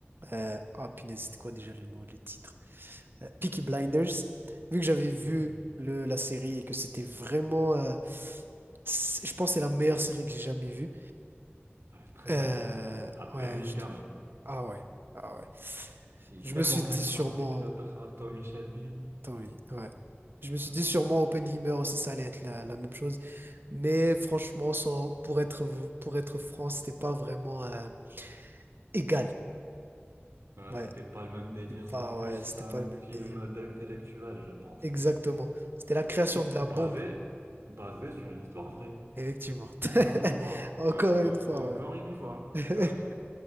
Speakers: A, on the right (about 55°); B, on the right (about 75°).
A: euh, ah punaise, c'était quoi déjà le nom, le titre? Euh, Peaky Blinders. Vu que j'avais vu
B: Oui,
A: le, la série et que c'était vraiment, euh, c'est- je pense, que c'est la meilleure série que j'ai jamais vue.
B: Ouais, très
A: Euh,
B: belle cette série. ouais. À
A: ouais,
B: Birmingham,
A: je te... ju- Ah ouais,
B: ouais. Ouais.
A: ah ouais.
B: Il
A: Je
B: est tellement
A: me suis
B: charismatique,
A: dit sûrement...
B: le personnage, Tommy Shelby.
A: Tant oui, ouais. Je me suis
B: Ouais.
A: dit sûrement Oppenheimer aussi, ça allait être la, la même chose. Mais franchement, sans... pour être, pour être franc, c'était pas vraiment euh, égal.
B: Ouais,
A: Ouais,
B: c'était pas le même délire,
A: c'était pas,
B: c'est plus
A: ouais, c'était
B: un
A: pas le même
B: film
A: délire.
B: d'intellectuel, je pense.
A: Exactement. C'était la création
B: Tiens,
A: de la
B: basé,
A: bombe,
B: basé sur une histoire vraie.
A: effectivement. <laughs>
B: Encore une fois.
A: Encore
B: Ouais,
A: une
B: ouais,
A: fois,
B: encore une fois.
A: ouais.
B: <laughs> Ouais.
A: <laughs>